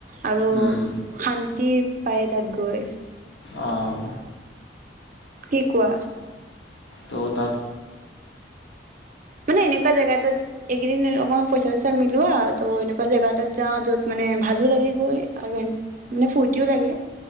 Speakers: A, on the right (about 50°); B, on the left (about 80°).
A: আৰু
B: উম,
A: শান, তিত পায় তাত গৈ।
B: অ',
A: কি কোৱা?
B: ত,
A: মানে এনেকুৱা জেগা এটাত, এইকেইদিন অকমান পইচা- চইচা মিলি, লোৱা ত', এনেকুৱা জেগা এটাত যাও, য'ত মানে ভালো লাগে গৈ আৰু মানে ফূৰ্তিও লাগে।